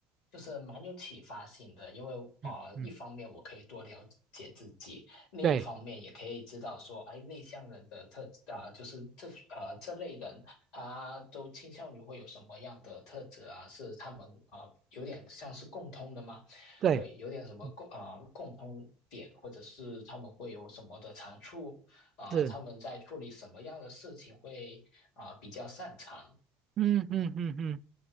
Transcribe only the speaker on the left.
就是蛮有启发性的，因为啊，
一方面我可以多了解自己，另一方面也可以知道说，
哎，内向人的特啊、就是这呃这类人，他都倾向于会有什么样的特质啊？是他们啊有点像是共通的吗？
对，有点什么共啊、
呃共通点，或者是他们会有什么的长处啊、
呃他们在处理什么样的事情会啊、呃比较擅长